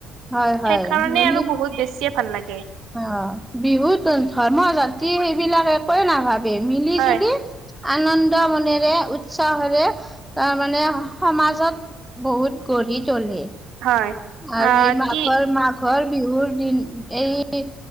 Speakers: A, in the centre; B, on the right.
A: হয় হয়
B: সেইকাৰণে
A: মিলি
B: আৰু বহুত বেছিই ভাল লাগে।
A: অ, বিহুত ধৰ্ম জাতি সেইবিলাক একোৱে নাভাবে মিলি,
B: হয়
A: জুলি আনন্দ মনেৰে, উৎসাহেৰে, তাৰ মানে সমাজত বহুত গঢ়ি তোলে।
B: হয়।
A: আৰু
B: আহ
A: এই মাঘৰ,
B: কি
A: মাঘৰ বিহুৰ দিন, এই